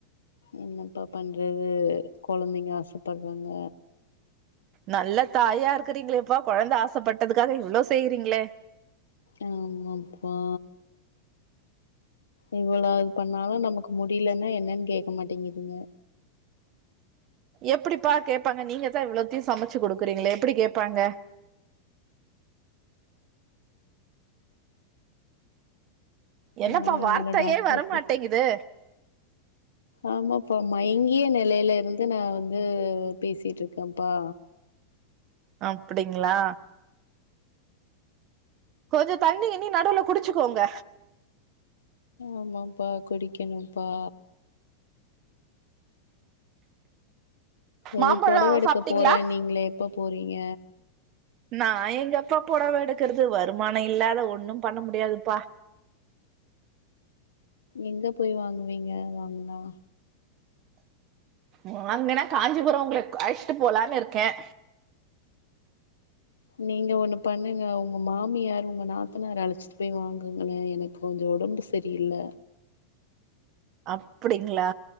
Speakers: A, on the left; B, on the right.
A: என்னப்பா பண்றது கொலந்தைங்க ஆசபட்றாங்க
B: நல்ல தாயா இருக்கறீங்களேப்பா கொழந்த ஆசப்பட்டதுக்காக இவ்ளோ செய்றீங்ளே
A: ஆமாப்பா இவ்ளோ இது பண்ணாலும் நமக்கு முடியிலனா என்னன் கேக்க மாட்டேங்குதுங்க
B: எப்படிப்பா கேப்பாங்க நீங்கதா இவ்ளோத்தயு சமைச்சு குடுக்குறீங்ளே எப்புடி கேப்பாங்க என்னப்பா
A: நானு
B: வார்த்தையே
A: நல்ல டாக்டர
B: வரமாட்டேங்குது
A: போய் ஆமாப்பா மயங்கிய நெலைல இருந்து நா வந்து பேசிட்ருக்கம்ப்பா
B: அப்டிங்ளா கொஞ்சொ தண்ணி கிண்ணி நடுவுல குடிச்சுக்கோங்க
A: ஆமாம்பா குடிக்கணும்ப்பா எதோ
B: மாம்பழோ
A: பொடவ எடுக்க
B: சாப்ட்டீங்களா
A: போறன்னீங்ளே எப்ப போறீங்க?
B: நா எங்க பா பொடவ எடுக்கறது வருமான இல்லாத ஒண்ணும் பண்ண முடியாதுப்பா
A: எங்க போய் வாங்குவீங்க வாங்னா
B: வாங்கனா காஞ்சிபுரொம் உங்களக் அழ்ஷ்ட்டு போலான்னு இருக்கேன்
A: நீங்க ஒண்ணு பண்ணுங்க உங்க மாமியார் உங்க நாத்தனார் அலச்சிட்டு போய் வாங்குங்ளேன் எனக் கொஞ்சோ ஒடம்பு சரியில்ல
B: அப்டிங்களா